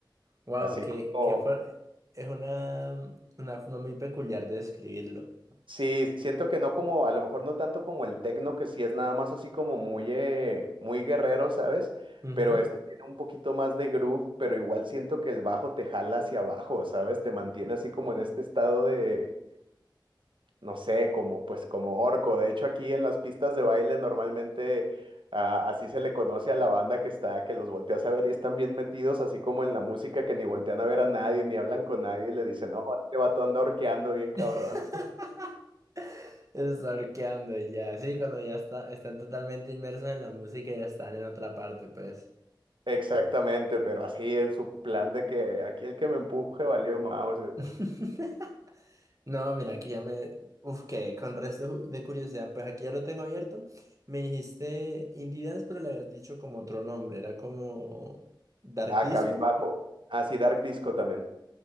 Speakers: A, on the right; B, on the right.
A: wow,
B: Así
A: que,
B: como
A: que fue- es una, una forma muy peculiar de describirlo.
B: Sí, siento que no como, a lo mejor no tanto como el tecno, que sí es nada más así como muy, eh, muy guerrero, ¿sabes?
A: Ujú.
B: Pero este tiene un poquito más de groove, pero igual siento que el bajo te jala hacia abajo, ¿sabes? Te mantiene así como en este estado de, no sé, como pues como orco. De hecho, aquí en las pistas de baile normalmente ah, así se le conoce a la banda que está, que los volteas a ver y están bien metidos, así como en la música, que ni voltean a ver a nadie, ni hablan con nadie, y le dicen, no, este vato anda orqueando bien cabrón.
A: <laughs> Es arqueando y ya. Sí, cuando ya está, están totalmente inmersos en la música y ya están en otra parte, pues.
B: Exactamente, pero así en su plan de que aquí el que me empuje valió Mauser.
A: <laughs> No, mira, aquí ya me... Uf, que con resto de curiosidad, pues aquí ya lo tengo abierto. Me dijiste Indie Dance, pero le habías dicho como otro nombre, era como Dark
B: Ah,
A: Disco,
B: Cabizbajo. Ah, sí, Dark Disco también.